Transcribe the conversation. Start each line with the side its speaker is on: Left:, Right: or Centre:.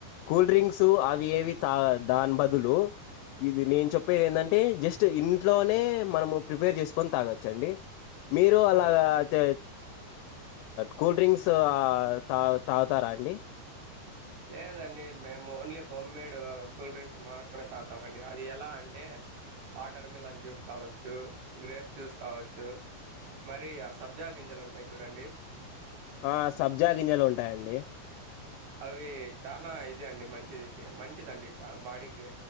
Left: కూల్ డ్రింక్స్ అవి ఏవి తా దాని బదులు ఇది నేను చెప్పేది ఏంటంటే జస్ట్ నస్ట్ ఇంట్లోనే మనము ప్రిపేర్ చేసుకొని తాగొచ్చండి. మీరు
Right: అవునండి
Left: అలాగా అతే కూల్ డ్రింక్స్ తా తాగుతారా అండి
Right: లేదండి. మేము ఓన్లీ హోమ్మేడ్ కూల్ డ్రింక్స్ మాట్కునే తాగుతామ అండి. అది ఎలా అంటే వాటర్ మిలన్ జ్యూస్ కావచ్చు గ్రేప్స్ జ్యూస్ కావచ్చు మరి ఆ సబ్జా గింజలు ఉంటాయి చూడండి.
Left: ఆ సబ్జా గింజలు ఉంటాయండి.
Right: అవి చాలా ఇది అండి మంచిది మంచిదండి చ బాడీకి